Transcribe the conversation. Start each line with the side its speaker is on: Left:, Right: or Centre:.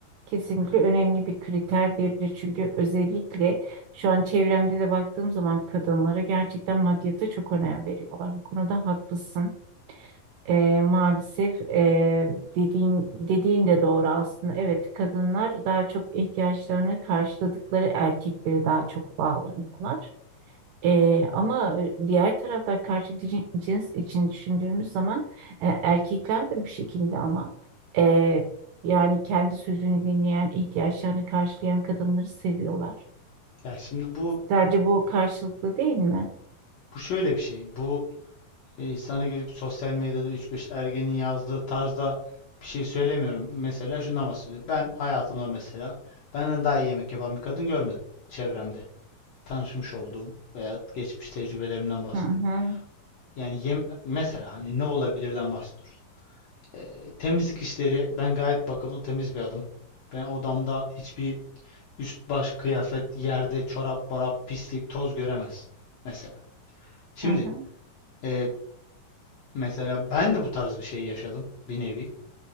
Right: kesinlikle önemli bir kriter diyebilir. Çünkü özellikle şu an çevremde de baktığım zaman kadınlara gerçekten maddiyata çok önem veriyorlar. Bu konuda haklısın. E, maalesef e, dediğin dediğin de doğru aslında. Evet, kadınlar daha çok ihtiyaçlarını karşıladıkları erkeklere daha çok bağlanıyorlar. E, ama diğer tarafta karşı cin- cins için düşündüğümüz zaman e, erkekler de bu şekilde ama e, yani kendi sözünü dinleyen, ihtiyaçlarını karşılayan kadınları seviyorlar.
Left: Ya şimdi bu
Right: Sence bu karşılıklı değil mi?
Left: bu şöyle bir şey. Bu e, sana gelip sosyal medyada üç beş ergenin yazdığı tarzda bir şey söylemiyorum. Mesela şundan bahsediyor. Ben hayatımda mesela benden daha iyi yemek yapan bir kadın görmedim çevremde. tanışmış olduğum veya geçmiş tecrübelerimden bahsediyorum.
Right: Hı hı,
Left: Yani yem, mesela hani ne olabilirden bahsediyoruz. Ee, temizlik işleri ben gayet bakımlı temiz bir adam. Ben odamda hiçbir üst baş kıyafet, yerde çorap, morap, pislik, toz göremez. Mesela. Şimdi
Right: hı hı.
Left: e, mesela ben de bu tarz bir şey yaşadım bir nevi.